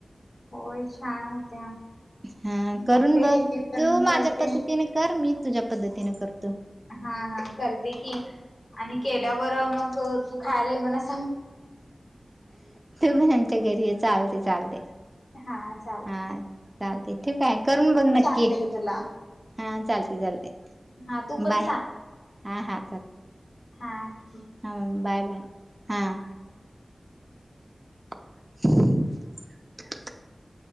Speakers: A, on the left; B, on the right.
A: होय छान होत्या.
B: हा करून
A: बघते
B: बघ
A: की मी पण
B: तू माझ्या
A: करते
B: पद्धतीने कर मी तुज्या पद्धतीनं कर.
A: हा हा करते की आणि
B: हा
A: केल्यावर मग अं तू खायला ये मनस
B: <inaudible> <inaudible> घरी ये चालते चालते.
A: हा चालते
B: हा चालते <inaudible> आहे करून बघ नक्की
A: सांगते की तुला
B: हा चालते चालते
A: हा तू पण
B: बाय हा हा.
A: हां
B: ह बाय बाय हां <unintelligible>